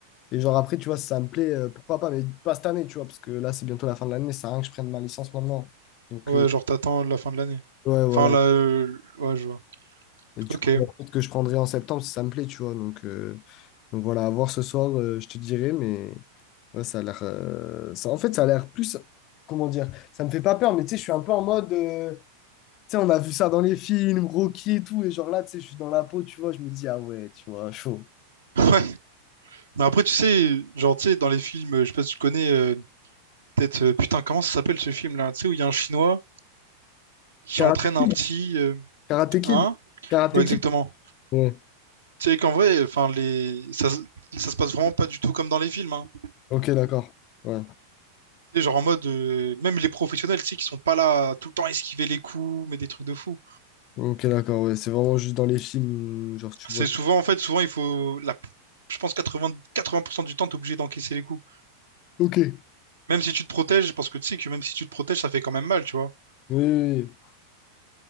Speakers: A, on the left (about 40°); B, on the right (about 70°).
A: Et genre, après, tu vois, si ça me plaît, euh, pourquoi pas, mais pas cette année, tu vois, parce que là, c'est bientôt la fin de l'année, ça sert à rien que je prenne ma licence maintenant. Donc,
B: Ouais,
A: euh,
B: genre, t'attends la fin de l'année.
A: ouais, voilà.
B: Enfin, là, euh, ouais, je vois.
A: Et du
B: Ok.
A: coup,
B: <laughs>
A: la route que je prendrai en septembre si ça me plaît, tu vois. Donc, euh, donc voilà, à voir ce soir, euh, je te dirai, mais ouais, ça a l'air. euh, ça, en fait, ça a l'air plus. Comment dire? Ça me fait pas peur, mais tu sais, je suis un peu en mode. euh, tu sais, on a vu ça dans les films, Rocky et tout, et genre là, tu sais, je suis dans la peau, tu vois, je me dis, ah ouais, tu vois, chaud.
B: Ouais. Mais après, tu sais, genre, tu sais, dans les films, euh, je sais pas si tu connais, euh, peut-être, euh, putain, comment ça s'appelle ce film-là? Tu sais, où il y a un Chinois qui
A: Karate
B: entraîne
A: Kid,
B: un petit, euh,
A: Karate Kid,
B: hein?
A: Karate
B: Ouais, exactement.
A: Kid. Ouais,
B: Tu sais qu'en vrai, enfin, les, ça, se- ça se passe vraiment pas du tout comme dans les films, hein.
A: ok, d'accord. Ouais,
B: Tu sais, genre en mode, euh, même les professionnels, tu sais, qui sont pas là à tout le temps esquiver les coups, mais des trucs de fou.
A: ok, d'accord, ouais, c'est vraiment juste dans les films, genre, tu
B: C'est
A: vois.
B: souvent, en fait, souvent, il faut, la, je pense, quatre quatre pour cent du temps, t'es obligé d'encaisser les coups.
A: Ok. Oui,
B: Même si tu te protèges, parce que tu sais que même si tu te protèges, ça fait quand même mal, tu vois.
A: oui, oui.